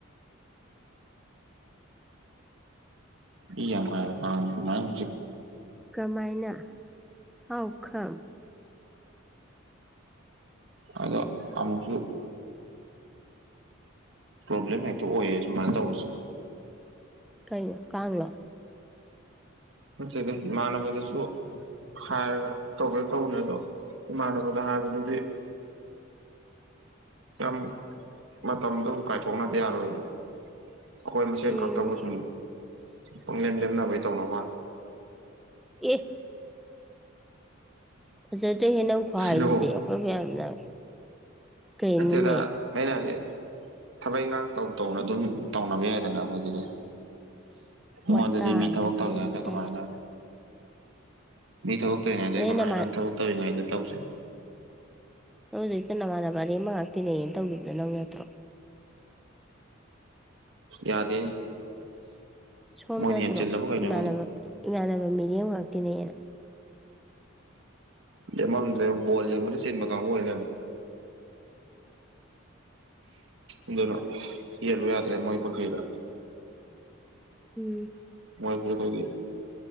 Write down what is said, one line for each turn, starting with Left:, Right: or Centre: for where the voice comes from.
Right: ꯏ ꯌꯥꯝ ꯀꯌꯦꯕꯥ <unintelligible> ꯑꯗꯨꯃꯥꯏꯟ
Centre: ꯀꯃꯥꯏꯅ ꯍꯥꯎ ꯀꯝ
Right: ꯑꯗꯣ ꯑꯃꯨꯛꯁꯨ ꯄ꯭ꯔꯣꯕ꯭ꯂꯦꯝ ꯍꯦꯛꯇ ꯑꯣꯏꯌꯦ ꯁꯨꯃꯥꯏ ꯇꯧꯕꯁꯦ
Centre: ꯀꯩꯅꯣ ꯀꯥꯡꯂꯣ
Right: ꯅꯇꯔ꯭ꯒ ꯏꯃꯥꯅꯕꯗꯁꯨ ꯍꯥꯏꯔꯒ ꯇꯧꯒꯦ ꯇꯧꯅꯦ ꯑꯗꯣ ꯏꯃꯥꯟꯅꯕꯗ ꯍꯥꯏꯕꯗꯨꯗꯤ ꯌꯥꯝ ꯃꯇꯝꯗꯣ ꯀꯥꯏꯊꯣꯛꯅꯗ ꯌꯥꯔꯣꯏꯕꯥ ꯑꯩꯈꯣꯏ ꯃꯁꯦꯟ
Centre: ꯎꯝ
Right: ꯈꯛꯇꯕꯨ ꯁꯨꯝ ꯄꯪꯂꯦꯝ ꯂꯦꯝꯅꯕꯩ ꯇꯧꯅꯕꯩ ꯋꯥꯅꯦ
Centre: ꯑꯦ ꯐꯖꯗ꯭ꯔꯦꯍꯦ ꯅꯪ ꯈꯨꯍꯥꯏꯗꯨꯗꯤ
Right: ꯀꯩꯅꯣ
Centre: ꯑꯩꯈꯣꯏꯕꯨ ꯌꯥꯝꯅ ꯀꯩꯅꯣꯅꯦ
Right: ꯅꯠꯇꯦꯗ ꯑꯩꯅ ꯍꯥꯏꯗꯤ ꯊꯕꯛ ꯏꯟꯒꯥꯡ ꯇꯧ ꯇꯧꯅ ꯑꯗꯨꯝ ꯇꯧꯅꯕ ꯌꯥꯏꯗꯅ ꯑꯩꯈꯣꯏꯗꯗꯤ
Centre: ꯋꯥꯇꯥ
Right: ꯃꯣꯏꯗꯗꯤ ꯃꯤ
Centre: ꯑꯃ
Right: ꯊꯕꯛ
Centre: ꯇꯧꯁꯜꯂꯛꯑꯦ
Right: ꯇꯧꯔꯤꯉꯩꯗ ꯀꯃꯥꯏꯅ
Centre: ꯇꯜꯂꯦ
Right: ꯃꯤ ꯊꯕꯛ ꯇꯧꯏꯉꯩꯗ
Centre: ꯅꯣꯏ
Right: ꯑꯩ ꯀꯃꯥꯏꯅ
Centre: ꯅꯃꯥꯟ
Right: ꯅꯪ ꯊꯕꯛ ꯇꯧꯔꯤꯉꯩꯗ ꯇꯧꯁꯦ
Centre: ꯅꯪ ꯍꯧꯖꯤꯛꯇ ꯅꯃꯥꯟꯅꯕ ꯑꯅꯦꯝꯕ ꯉꯥꯛ ꯇꯤꯟꯅꯩꯌꯦꯅ ꯇꯧꯒꯤꯕꯗꯣ ꯅꯪ ꯅꯠꯇ꯭ꯔꯣ
Right: ꯌꯥꯗꯦ
Centre: ꯁꯣꯝ
Right: ꯃꯣꯏꯅ
Centre: ꯅꯠꯇ꯭ꯔꯣ
Right: ꯍꯦꯟ ꯆꯤꯜꯂꯕ ꯀꯩꯅꯣ
Centre: ꯏꯃꯥꯟꯅꯕ
Right: ꯑꯩꯉꯣꯟꯗ
Centre: ꯏꯃꯥꯟꯅꯕ ꯃꯤꯔꯦꯝ ꯉꯥꯛ ꯇꯤꯅꯩꯅ
Right: ꯂꯦꯝꯃꯝꯗ꯭ꯔꯦ ꯕꯣꯜ ꯌꯦꯡꯕꯗ ꯆꯤꯟꯕ ꯀꯥꯡꯕꯨ ꯑꯣꯏ ꯂꯩꯔꯝꯃꯦ ꯑꯗꯨꯅ ꯌꯦꯠꯂꯨ ꯌꯥꯗ꯭ꯔꯦ ꯃꯣꯏ ꯄꯨꯈ꯭ꯔꯤꯗ
Centre: ꯎꯝ
Right: ꯃꯣꯏꯒꯤꯗꯨꯒꯤ